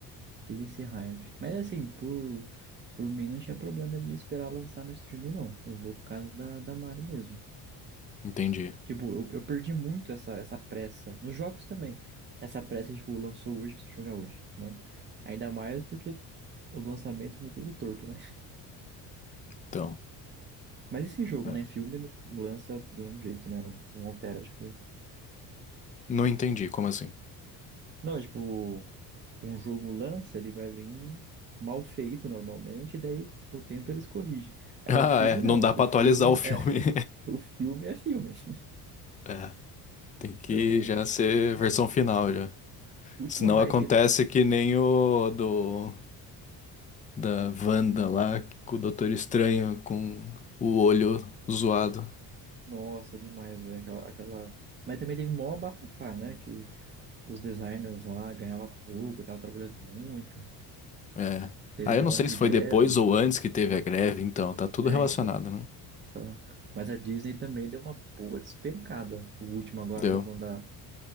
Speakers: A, on the right (about 30°); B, on the left (about 20°).
A: tem esse hype. Mas assim, por, por mim não tinha problema de esperar lançar no streaming, não. Eu vou por causa da, da Mari mesmo.
B: Entendi.
A: Tipo, eu, eu perdi muito essa, essa pressa. Nos jogos também. Essa pressa, tipo, lançou hoje, preciso jogar hoje, né? Ainda mais porque o lançamento ficou tudo torto, né?
B: Então,
A: <laughs> Mas esse jogo,
B: é.
A: né? Filme lança do mesmo jeito, né? Não, não altera depois.
B: Não entendi, como assim? <laughs>
A: Não, tipo, um jogo lança, ele vai vir mal feito normalmente, e daí com o tempo eles corrigem. Agora
B: Ah,
A: o filme
B: é,
A: não.
B: não dá
A: O
B: pra
A: filme
B: atualizar o filme.
A: é. <laughs>
B: <laughs>
A: O filme é filme. <laughs>
B: É, tem
A: Então,
B: que já ser versão final já.
A: o último
B: Senão
A: hype
B: acontece que nem o do da Wanda lá, com o Doutor Estranho com o olho zoado.
A: Nossa, demais, velho. Aquela, aquela... Mas também teve mó bafafá, né? Que os designers lá ganhavam pouco, tava trabalhando muito.
B: É.
A: Teve
B: Ah,
A: um
B: eu
A: negócio
B: não sei
A: de
B: se
A: greve.
B: foi depois ou antes que teve a greve, então tá tudo
A: É,
B: relacionado,
A: então.
B: né?
A: tá. Mas a Disney também deu uma boa despencada. O último agora,
B: Deu.
A: estão falando da,